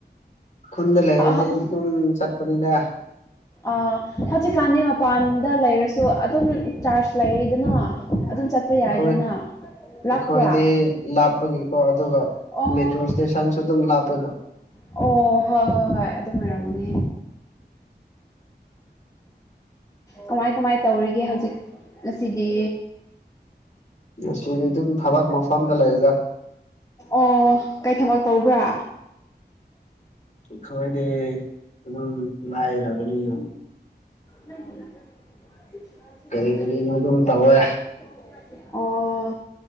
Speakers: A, on the left; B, on the left.
A: ꯈꯨꯟꯗ ꯂꯩꯔꯗꯤ
B: ꯍ ꯍ
A: ꯑꯗꯨꯝ ꯆꯠꯄꯅꯤꯗ
B: ꯑ ꯍꯧꯖꯤꯦ ꯀꯥꯟ ꯃꯥ ꯄꯥꯟꯗ ꯂꯩꯔꯁꯨ ꯑꯗꯨꯝ ꯆꯥꯔꯖ ꯂꯩꯗꯅ ꯑꯗꯨꯝ ꯆꯠꯄ
A: ꯑꯩꯈꯣꯏ
B: ꯌꯥꯏꯗꯅ ꯂꯥꯛꯄ꯭ꯔꯥ
A: ꯑꯩꯈꯣꯏꯗꯤ ꯂꯥꯞꯄꯒꯤꯀꯣ ꯑꯗꯨꯒ
B: ꯑꯣ
A: ꯃꯦꯇ꯭ꯔꯣ ꯏꯁꯇꯦꯁꯟꯁꯨ ꯑꯗꯨꯝ ꯂꯥꯞꯄꯦꯕ
B: ꯑꯣ ꯍꯣꯏ ꯍꯣꯏ ꯍꯣꯏ ꯑꯗꯨ ꯑꯣꯏꯔꯝꯅꯦ ꯀꯃꯥꯏ ꯀꯃꯥꯏ ꯇꯧꯔꯤꯒꯦ ꯍꯧꯖꯤꯛ ꯑꯁꯤꯗꯤ
A: ꯑꯁꯤꯗꯤ ꯑꯗꯨꯝ ꯊꯕꯛ ꯃꯐꯝꯗ ꯂꯩꯕꯗ
B: ꯑꯣ ꯀꯩ ꯊꯕꯛ ꯇꯧꯕ꯭ꯔꯥ
A: ꯈꯣꯏꯗꯤ ꯑꯗꯨꯝ ꯂꯥꯏꯔꯕꯅꯤ ꯌꯨꯝ
B: ꯃ <unintelligible>
A: ꯀꯔꯤ ꯀꯔꯤꯅꯣ ꯑꯗꯨꯝ ꯇꯧꯋꯦ
B: ꯑꯣ